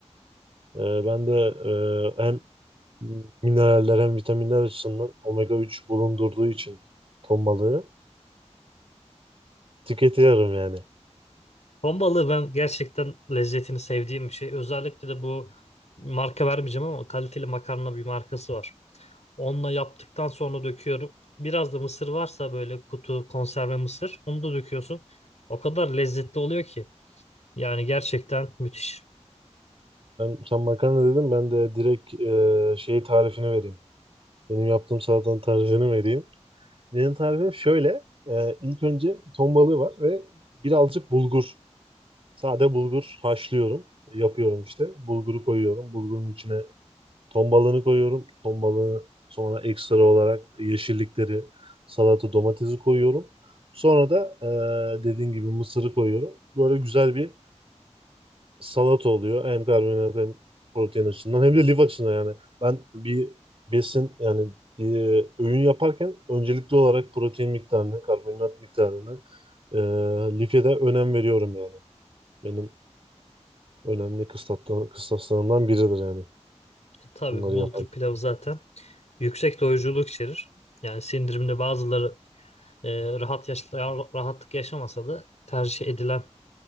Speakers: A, on the right; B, on the left.
A: Ee, ben de e, hem mineraller hem vitaminler açısından omega 3 bulundurduğu için ton balığı tüketiyorum yani.
B: Ton balığı ben gerçekten lezzetini sevdiğim bir şey. Özellikle de bu marka vermeyeceğim ama kaliteli makarna bir markası var. Onunla yaptıktan sonra döküyorum. Biraz da mısır varsa böyle kutu konserve mısır onu da döküyorsun. O kadar lezzetli oluyor ki. Yani gerçekten müthiş.
A: Ben, sen makarna dedim, ben de direkt e, şeyi tarifini vereyim. Benim yaptığım salatanın tarifini vereyim. Benim tarifim şöyle. E, ilk önce ton balığı var ve birazcık bulgur. Sade bulgur haşlıyorum. Yapıyorum işte. Bulguru koyuyorum. Bulgurun içine Ton balığını koyuyorum. Ton balığını sonra ekstra olarak yeşillikleri, salata, domatesi koyuyorum. Sonra da eee dediğin gibi mısırı koyuyorum. Böyle güzel bir salata oluyor. Hem karbonhidrat hem protein açısından hem de lif açısından yani. Ben bir besin yani bir öğün yaparken öncelikli olarak protein miktarını, karbonhidrat miktarını, eee life de önem veriyorum yani. Benim önemli kıstaslarımdan biridir yani
B: E, tabii
A: bunları
B: bulgur
A: yaparken.
B: pilavı zaten yüksek doyuruculuk içerir. Yani sindirimde bazıları e, rahat yaş rahatlık yaşamasa da tercih edilen